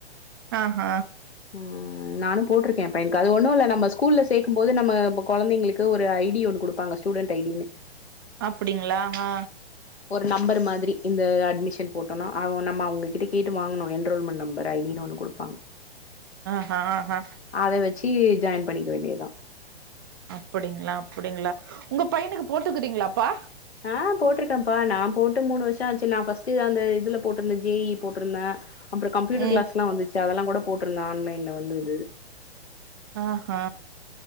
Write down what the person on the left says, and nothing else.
ம் நானும் போட்டிருக்கேன்ப்ப எனக்கு அது ஒன்னு இல்ல நம்ம ஸ்கூல்ல சேக்கும்போது நம்ம கொந்தைங்களுக்கு ஒரு ஐ டி ஒன்னு குடுப் ப்பாங்க ஸ்டுடென்ட் ஐ டி னு
ஒரு நம்பர் மாதிரி இந்த அட்மிஷன் போட்டோனா அவ நம்ம அவுங்ககிட்ட கேட்டு வாங்கணும் என்ரோல்மெண்ட் நம்பர் ஐ டி ன்னு ஒன்னு குடுப்பாங்க
அத வச்சி ஜாயின் பண்ணிக்க வேண்டியதுதா
ஆ போட்டிருக்கேன்ப்பா நா போட்டு மூணு வருஷம் ஆச்சு நா ஃபஸ்ட்டு அந்த இதுல போட்டிருந்தன் ஜே இ இ போட்டிருந்தேன் அப்புறோ கம்யூட்டர்
கிளாஸ்லா வந்துச்சு அதல்லா கூட போட்டிருந்தன் ஆன்லைனல வந்து இது